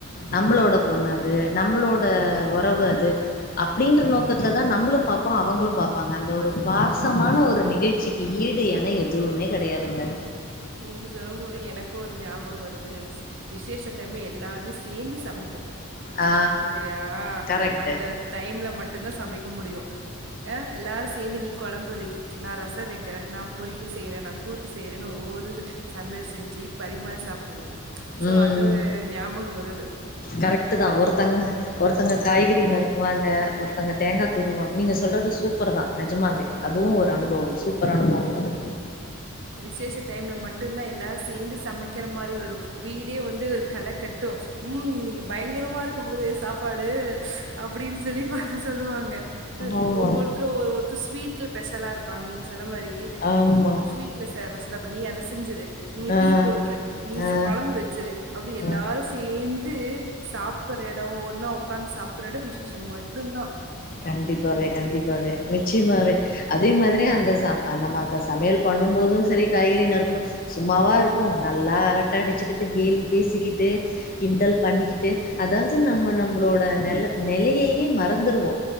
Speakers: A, on the left; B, on the right.
A: நம்மளோட பொண்ணு அது நம்மளோட உறவு அது அப்டின்ற நோக்கதுல தா நம்மளும் பாப்போ அவுங்களும் பாப்பாங்க அந்த ஒரு பாசமான ஒரு நிகழ் ச்சிக்கு ஈடு என எதுவுமே கடையாதுங்க
B: நீங்க சொல்லும் போது எனக்கு ஒரு ஞாபக வருதுங்கு மிஸ் விசேஷோ டைம்ல எல்லாருமே சேந்து சமைப்போ
A: ஆ
B: இல்லயா
A: கரெக்ட்
B: அந்த டைம்ல மட் டு தா சமைக்க முடியு எல்லாரு சேந்து நீ கொழம்பு வை நா ரச வைக்கிற நா பொறியல் செய்ற நா கூட்டு செய்றனு ஒவ்வொரு சமையல் செஞ்சு பரிமாறி சாப்புடுவோ சோ
A: ம்
B: அதுவு ஞாபகோ வருது
A: கரெக்ட்
B: எம்மதி
A: தான் ஒருத்தங்க ஒருத்தங்க காய்கறி நறுக்குவாங்க ஒருத்தங்க தேங்கா துருவாங்க நீங்க சொல்றது சூப்பர் தா நெஜமாவே. அதுவு ஒரு அனுபவம் சூப்பர் அனுபவம் அது
B: விசேஷ டைம்ல மட்டுதா எல்லாரு சேந்து சமைக்கிற மாரி வரு வீடே வந்து ஒரு கள கட்டு ம் இன்னைக்கு பயங்கரமா இருக்கு போதே சாப்பாடு அப்டின்னு சொல்லி ப சொல்லுவாங்க அ
A: ஆமா
B: ஒவ்வொருத்தரு ஒரு ஒருத்தர் ஸ்வீட்ல ஸ்பெஷலா இருப்பாங்க நீங்க சொன்ன மாரி
A: ஆமா
B: ஸ்வீட் ட்ல ச ப அப்பா நீ அத செஞ்சிரு நீ
A: ஆ
B: டீ போட்டுரு நீ
A: ஆ
B: ச கொழம்பு வச்சுரு அப்டி எல்லாரு
A: ஆ
B: சேந்து சாப்படுற எடோ ஒன்னா ஒக்காந்து சாப்படுற எடோ விசேஷோ மட் டுந்தா
A: கண்டிப்பாவே கண்டிப்பாவே நிச்சயமாவே அதே மாதிரி அந்த ச நம்ம அத சமையல் பண்ணும்போது சரி காய்கறி நறுக்கு சும்மாவா இருப்போ நல்லா அரட்ட அடிச்சுக்கிட்டு கேலி பேசிக்கிட்டு கிண்டல் பண்ணிக்கிட்டு அதாவது நம்ம நம்புளோட நெல நெலையையே மறந்துருவோ